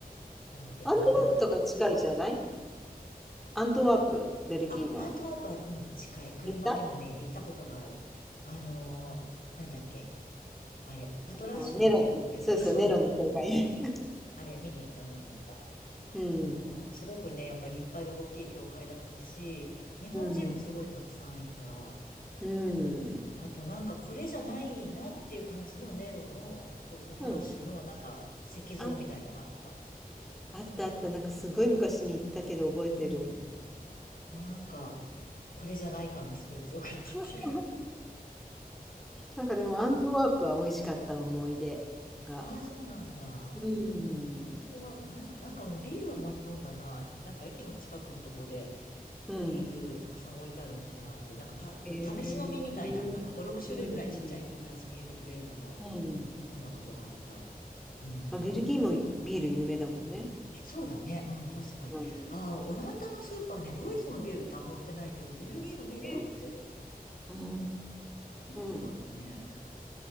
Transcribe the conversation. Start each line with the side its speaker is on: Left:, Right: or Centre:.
Left: なので、
Centre: アントワープとか近いじゃない？
Left: もうオランダ、ん
Centre: アントワープ、ベルギーの。
Left: あ、アントワープは、うん、近い。車でもね、
Centre: 行ったあ
Left: 行ったことがある。あのーなんだっけ。あれ、パトラッシュのやつ、
Centre: の、ネロに、そうそう、
Left: あ、そうそう。
Centre: ネロの教会。<laughs>
Left: あれ、見に行った、見に行った。
Centre: うん。
Left: そう。すごくね、やっぱり立派で大きい教会だったし、日本人もすごいたくさんいた。
Centre: うん。うん。
Left: あと、なんかこれじゃないなっていう感じのネロの、とパトラッシュの、
Centre: うん。
Left: なんか石像みたいのがあった。
Centre: あ、あったあった。なんかすごい昔に行ったけど覚えてる。
Left: うん。なんか、これじゃない感がすごい強かったっていう。
Centre: <laughs> なんかでもアントワープは美味しかった思い出が。
Left: <laughs> ああ、そうなんだ。
Centre: うん。
Left: アントワープ、なん、なんか、うんビールはも飲んだな。なんか駅の近くのとこで、
Centre: うん。
Left: ビールたくさん置いてあるお店があって、なんかた、こう、
Centre: へえ。
Left: 試し飲みみたいな、
Centre: うんうん。
Left: なんか5、6種類ぐらいちっちゃいグラスに入れてくれるのも
Centre: うん。
Left: 飲んだことがあった。うん。
Centre: まあ、ベルギーもビール有名だもんね。
Left: そうだね。うん、確かに。
Centre: うん。
Left: ああ、オランダのスーパーね、ドイツのビールってあんま売ってないけど、ベルギーのビールは売ってる。
Centre: ねうー
Left: なんでだろうね。
Centre: ん。